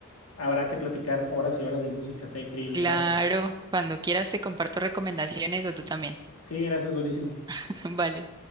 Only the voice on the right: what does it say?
Claro,
cuando quieras te comparto recomendaciones o tú también.
<laughs> Vale.